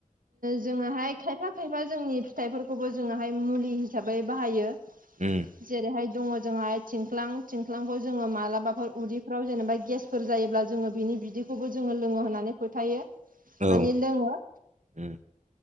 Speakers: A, on the right (about 80°); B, on the right (about 55°).
A: जोङाहाय खायफा खायफा जोंनि फिथाइफोरखौबो जोङाहाय मुलि हिसाबै बाहायो
B: उम
A: जेरैहाय दङ जोंहाय थिंख्लां थिंख्लांखौ जोङो मालाबाफोर उदैफ्राव जेनेबा गेसफोर जायो ब्ला जोङो बिनि बिदैखौबो जोङो लोङो होननानै फोथायो
B: औ
A: माने लोङो
B: उम